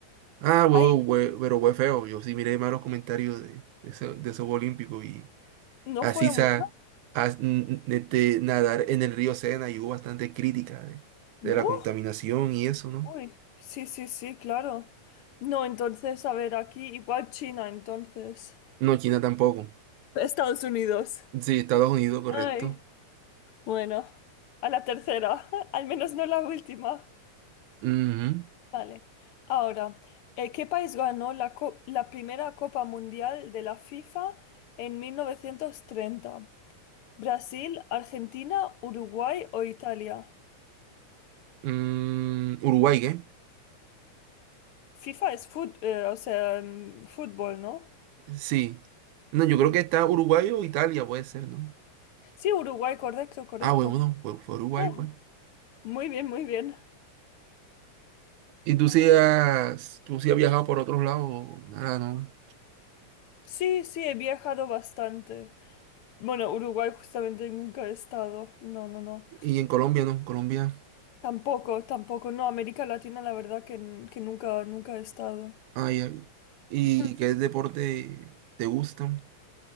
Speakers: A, on the right; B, on the left.
A: Ah, huevo,
B: Ay,
A: hue- pero fue feo. Yo sí miré malos comentarios de, de, ese, de ese Juego Olímpico y
B: ¿no
A: así
B: fueron
A: sa,
B: buenos?
A: as- n- n- este, nadar en el río Sena y hubo bastante crítica de,
B: Buf,
A: de la contaminación y eso, ¿no?
B: uy, sí, sí, sí, claro. No, entonces, a ver, aquí igual China, entonces.
A: No, China tampoco.
B: Estados Unidos.
A: Sí, Estados Unidos, correcto.
B: Ay. Bueno, a la tercera, <laughs> al menos no la última.
A: Ujú.
B: Vale. Ahora, eh, ¿qué país ganó la, co- la primera Copa Mundial de la FIFA en 1930? ¿Brasil, Argentina, Uruguay o Italia?
A: Mm, Uruguay, ¿qué?
B: FIFA es fut- eh, o sea, mm, fútbol, ¿no?
A: Sí. No, yo
B: Ujú.
A: creo que está Uruguay o Italia, puede ser, ¿no?
B: Sí, Uruguay, correcto, correcto.
A: Ah, huevo, no, hue- fue Uruguay,
B: Oh,
A: pues.
B: muy bien, muy bien.
A: ¿Y tú
B: A
A: sí has,
B: ver.
A: tú sí has viajado por otros lados? o Nada, ¿no?
B: Sí, sí, he viajado bastante. Bueno, Uruguay justamente nunca he estado. No, no, no.
A: Y en Colombia, ¿no? Colombia.
B: Tampoco, tampoco. No, América Latina la verdad que, n- que nunca, nunca he estado.
A: Ah, ya. ¿Y
B: <laughs>
A: qué deporte te gusta?